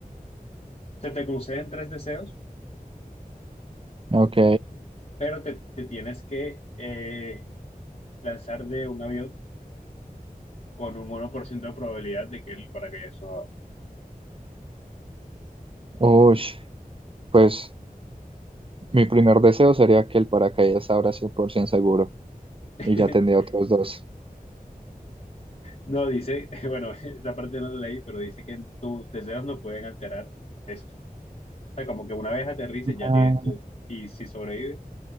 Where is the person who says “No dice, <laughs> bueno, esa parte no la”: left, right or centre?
Left